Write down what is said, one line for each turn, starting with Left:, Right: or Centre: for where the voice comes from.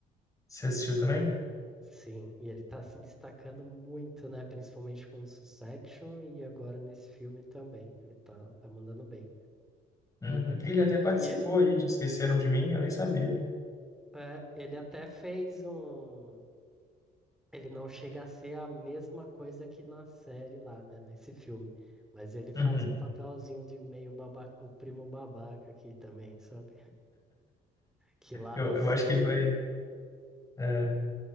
Left: Você assistiu também?
Centre: Sim, e ele tá se destacando muito, né? Principalmente com o Succession e agora nesse filme também. Ele tá, tá mandando bem.
Left: Uhum. Ele até participou
Centre: E ele,
Left: aí de Esqueceram de Mim, eu nem sabia.
Centre: é, ele até fez um, Ele não chega a ser a mesma coisa que na série lá, né? Nesse filme. Mas ele faz
Left: Uhum.
Centre: um papelzinho de meio babaca, o primo babaca aqui também, sabe? Que lá
Left: Eu,
Centre: na série,
Left: eu acho que ele vai, é,